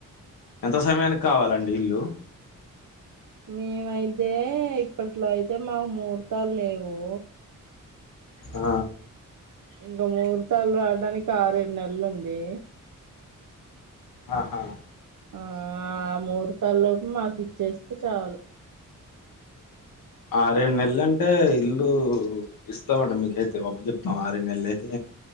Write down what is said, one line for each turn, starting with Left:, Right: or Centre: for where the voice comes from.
Left: ఎంత సమయానికి కావాలండి ఇల్లు
Right: మేమైతే ఇప్పట్లో అయితే మాకు ముహూర్తాలు లేవు.
Left: ఆ
Right: ఇంకా ముహూర్తాలు రావడానికి ఆరేడు నెల్లు ఉంది.
Left: ఆహా
Right: ఆ ఆ ముహూర్తలోపు మాకు ఇచ్చేస్తే చాలు.
Left: ఆరేడు నెల్లు అంటే ఇల్లు ఇస్తామండి మీకైతే ఒప్పజెప్తం ఆరేడు నెల్లు అయితే